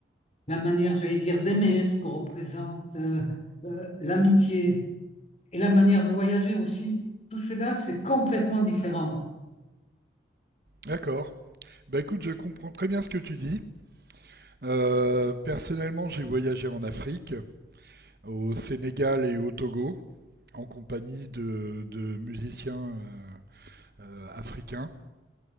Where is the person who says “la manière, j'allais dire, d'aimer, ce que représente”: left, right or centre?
Left